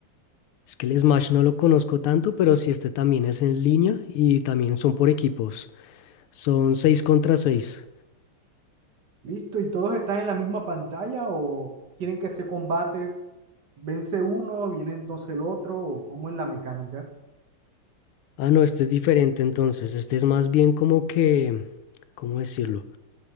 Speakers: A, on the left (about 80°); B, on the right (about 55°).
A: Es que el Smash no lo conozco tanto, pero sí este también es en línea y también son por equipos. Son seis contra 6.
B: Listo, ¿y todos están en la misma pantalla o tienen que hacer combates? Vence uno, viene entonces el otro, o cómo es la mecánica?
A: Ah, no, este es diferente entonces. Este es más bien como que, ¿cómo decirlo?